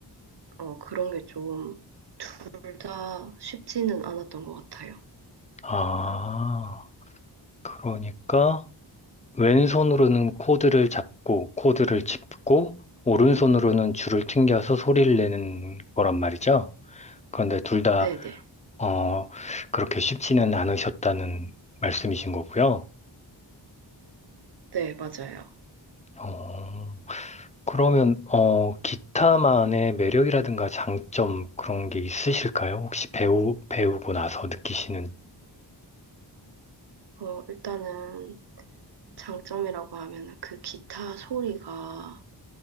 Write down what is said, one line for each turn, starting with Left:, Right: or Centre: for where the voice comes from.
Right: 어, 그런 게 좀 둘 다 쉽지는 않았던 것 같아요.
Left: 아, 그러니까 왼손으로는 코드를 잡고, 코드를 짚고, 오른손으로는 줄을 튕겨서 소리를 내는 거란 말이죠. 그런데 둘다
Right: 네네. 네,
Left: 어, 그렇게 쉽지는 않으셨다는 말씀이신 거고요.
Right: 네, 맞아요.
Left: 어, 그러면, 어, 기타만의 매력이라든가 장점 그런 게 있으실까요? 혹시 배우, 배우고 나서 느끼시는,
Right: 어, 일단은 장점이라고 하면은 그 기타 소리가